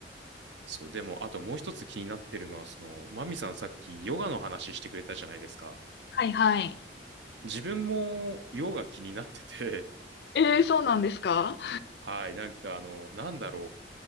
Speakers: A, on the right; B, on the left.
A: そう、でも、あともう一つ気になってるのは、その、マミさんさっきヨガの話してくれたじゃないですか。
B: はいはい。
A: 自分もヨガ気になってて、
B: えー、そうなんですか
A: <laughs> はい、なんかあの、なんだろう、